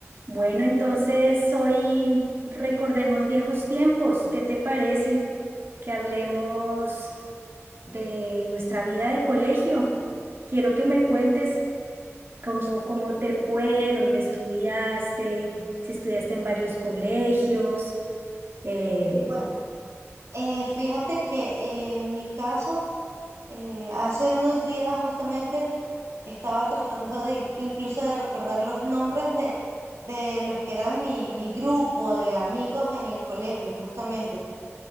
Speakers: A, on the right (about 55°); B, on the right (about 75°).
A: Bueno, entonces hoy recordemos viejos tiempos. ¿Qué te parece que hablemos de nuestra vida de colegio? Quiero que me cuentes cómo, cómo te fue, dónde estudiaste, si estudiaste en varios colegios, eh,
B: Bueno, eh, fíjate que eh, en mi caso, eh, hace unos días justamente estaba tratando de incluso de recordar los nombres de, de los que eran mi, mi grupo de amigos en el colegio, justamente,